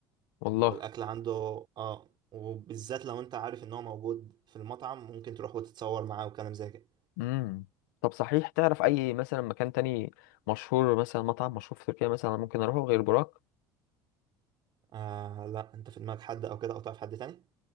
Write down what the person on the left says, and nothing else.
والله
امم طب صحيح تعرف أي مثلا مكان تاني مشهور مثلا مطعم مشهور في تركيا مثلا ممكن أروحه غير براك